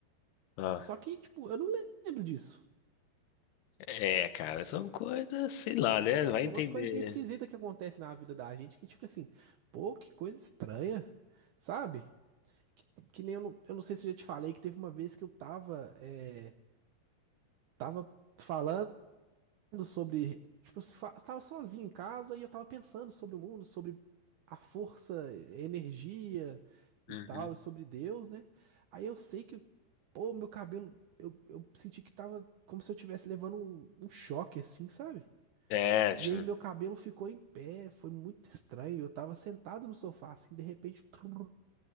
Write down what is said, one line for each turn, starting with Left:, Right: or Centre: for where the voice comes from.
Left: Ah,
Right: só que, tipo, eu não lembro disso.
Left: é, cara, são coisas, sei lá, né? Vai
Right: Tem
Left: entender.
Right: umas coisinhas esquisitas que acontecem na vida da gente que a gente fica assim, pô, que coisa estranha, sabe? Que, que nem eu não, eu não sei se eu já te falei que teve uma vez que eu tava, é, tava falando. sobre, tipo, se fa- estava sozinho em casa e eu estava pensando sobre o mundo, sobre a força, energia e
Left: Uhum.
Right: tal, e sobre Deus, né? Aí eu sei que, pô, meu cabelo, eu, eu senti que tava como se eu estivesse levando um, um choque, assim, sabe?
Left: É, a gente
Right: E aí
Left: não-
Right: meu cabelo ficou em pé, foi muito estranho. Eu tava sentado no sofá, assim, de repente, trrr,